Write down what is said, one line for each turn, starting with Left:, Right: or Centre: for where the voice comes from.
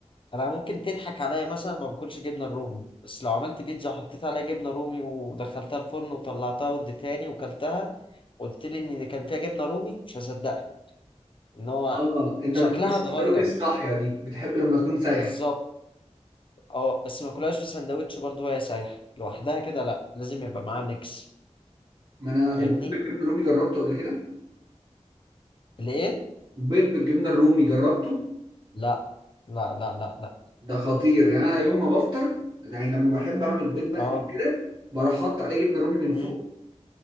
Left: انا ممكن تضحك عليا مثلا ما باكلش جبنه الرومي بس لو عملت بيتزا وحطيت عليها جبنه رومي ودخلتها الفرن وطلعتها واديتهاني وكلتها قلت لي ان كان فيها جبنه رومي مش هصدقك ان هو
Right: اه انت
Left: شكلها
Right: ما بتاكلش الجبنه
Left: اتغير
Right: الرومي الصاحيه دي بتحب لما تكون سايحه
Left: بالظبط اه بس ما كلهاش في سندوتش برضه وهي سايحه لوحدها كده لا لازم يبقى معاها ميكس
Right: ما انا
Left: فاهمني
Right: البيض بالجبنه الرومي جربته قبل كده
Left: ليه
Right: البيض بالجبنه الرومي جربته
Left: لا لا لا لا لا
Right: ده خطير يعني انا يوم ما بفطر يعني لما بحب اعمل بيض مقلي
Left: اه
Right: وكده بروح احط عليه جبنه رومي من
Left: امم
Right: فوق